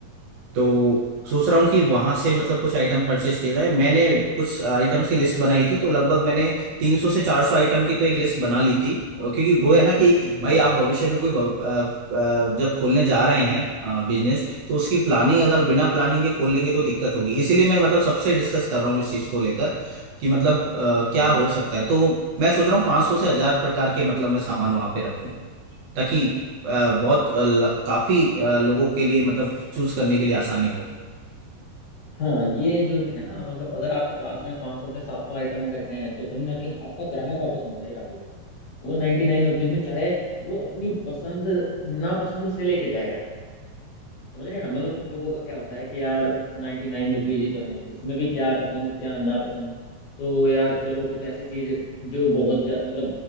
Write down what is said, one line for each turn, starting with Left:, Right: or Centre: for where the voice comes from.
Right: तो सोच रहा
Left: अच्छा
Right: हूँ कि वहां से मतलब कुछ आइटम परचेज किया जाए मैंने कुछ आइटम्स की लिस्ट बनाई थी तो लगभग मैंने 300 से 400 आइटम की तो एक लिस्ट बना ली थी अ, क्योंकि वो है ना कि
Left: हम्म हम्म
Right: भाई आप भविष्य में कोई भव- अ, अ, जब खोलने जा रहे हैं बिजनेस तो उसकी प्लानिंग अगर बिना प्लानिंग के खोल लेंगे तो दिक्कत होगी इसीलिए मैं मतलब सबसे डिस्कस कर रहा हूँ इस चीज को लेकर कि मतलब अ,
Left: हम्म
Right: क्या
Left: हम्म।
Right: हो सकता है तो मैं सोच रहा हूँ 500 से हजार प्रकार के मतलब मैं सामान वहां पे रखूँ ताकि अ, बहुत अ, ल- काफी अ, लोगों के लिए मतलब चूज करने के लिए आसानी हो
Left: हाँ ये जो है ना मतलब अगर आपके पास में 500 से 700 आइटम अगर हैं तो कहीं ना कहीं आपका ग्राहक वापस नहीं जाएगा फिर वो 99 नाइन रुपीज में चाहे वो अपनी पसंद नापसंद से लेके जाएगा समझ रहे हैं ना मतलब कुछ लोगों का क्या होता है कि यार 99 नाइन रुपीज ही तो है इसमें भी क्या पसंद क्या नापसंद तो यार चलो कुछ ऐसी चीज जो बहुत ज्या- मतलब